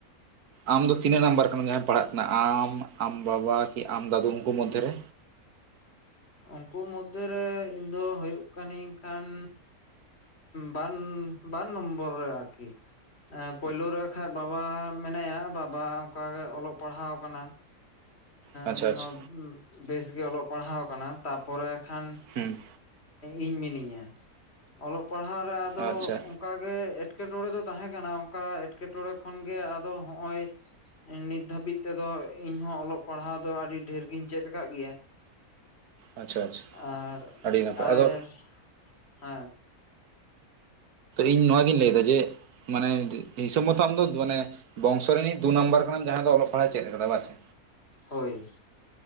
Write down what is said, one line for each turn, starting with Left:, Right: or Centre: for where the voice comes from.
Right: ᱟᱢ ᱫᱚ ᱛᱤᱱᱟᱹᱜ ᱱᱟᱢᱵᱟᱨ ᱠᱟᱱᱟᱢ ᱡᱟᱦᱟᱸᱭ ᱯᱟᱲᱦᱟᱜ ᱠᱟᱱᱟ? ᱟᱢ ᱟᱢ ᱵᱟᱵᱟ ᱠᱤ ᱟᱢ ᱫᱟᱫᱩ ᱩᱸᱠᱚ ᱢᱚᱫᱽᱫᱷᱮᱨᱮ᱾
Left: ᱩᱱᱠᱩ ᱢᱚᱫᱽᱫᱷᱮᱨᱮ ᱤᱧ ᱫᱚ ᱦᱩᱭᱩᱜ ᱠᱟᱹᱤᱧ ᱠᱷᱟᱱ ᱵᱟᱨ ᱵᱟᱨ ᱱᱚᱢᱵᱚᱨ ᱨᱮ ᱟᱨᱠᱤ᱾ ᱯᱳᱭᱞᱳ ᱨᱮ ᱠᱷᱟᱱ ᱵᱟᱵᱟ ᱢᱮᱱᱟᱭᱟ ᱵᱟᱵᱟ ᱚᱱᱠᱟᱜᱮ ᱚᱞᱚᱜ ᱯᱟᱲᱦᱟᱣ ᱟᱠᱟᱱᱟᱭ᱾
Right: ᱟᱪᱪᱷᱟ
Left: ᱩᱱᱤ
Right: ᱟᱪᱪᱷᱟ
Left: ᱦᱚᱸ ᱵᱮᱥᱜᱮ ᱚᱞᱚᱜ ᱯᱟᱲᱦᱟᱣ ᱟᱠᱟᱱᱟᱭ ᱛᱟᱯᱚᱨᱮ ᱠᱷᱟᱱ
Right: ᱦᱩᱸ
Left: ᱤᱧ ᱢᱤᱱᱟᱹᱧᱟ ᱚᱞᱚᱜ ᱯᱟᱲᱦᱟᱣ ᱨᱮ ᱟᱫᱚ
Right: ᱟᱪᱪᱷᱟ
Left: ᱚᱱᱠᱟ ᱜᱮ ᱮᱸᱴᱠᱮᱴᱚᱬᱮ ᱫᱚ ᱛᱟᱦᱮᱸ ᱠᱟᱱᱟ ᱚᱱᱠᱟ ᱮᱸᱴᱠᱮᱴᱚᱬᱮ ᱠᱷᱚᱱᱜᱮ ᱟᱫᱚ ᱦᱚᱜ-ᱚᱭ ᱱᱤᱛ ᱫᱷᱟᱹᱵᱤᱡ ᱛᱮᱫᱚ ᱤᱧ ᱦᱚᱸ ᱚᱞᱚᱜ ᱯᱟᱲᱦᱟᱣ ᱫᱚ ᱟᱹᱰᱤ ᱰᱷᱮᱨ ᱜᱤᱧ ᱪᱮᱫ ᱟᱠᱟᱫ ᱜᱮᱭᱟᱹ᱾
Right: ᱟᱪᱪᱷᱟ ᱟᱪᱪᱷᱟ
Left: ᱟᱨ
Right: ᱟᱹᱰᱤ ᱱᱟᱯᱟᱭ
Left: ᱟᱨ
Right: ᱟᱫᱚ
Left: ᱦᱮᱸ
Right: ᱤᱧ ᱱᱚᱣᱟᱜᱤᱧ ᱞᱟᱹᱭ ᱮᱫᱟ ᱡᱮ ᱢᱟᱱᱮ ᱦᱤᱥᱟᱹᱵ ᱢᱚᱛᱚ ᱟᱢᱫᱚ ᱢᱟᱱᱮ ᱵᱚᱝᱥᱚ ᱨᱤᱱᱤᱡ ᱫᱩ ᱱᱟᱢᱵᱟᱨ ᱠᱟᱱᱟᱢ ᱡᱟᱦᱟᱸᱭ ᱫᱚ ᱚᱞᱚᱜ ᱯᱟᱲᱦᱟᱜ ᱪᱮᱫ ᱟᱠᱟᱫᱟ ᱵᱟᱝᱥᱮ?
Left: ᱦᱳᱭ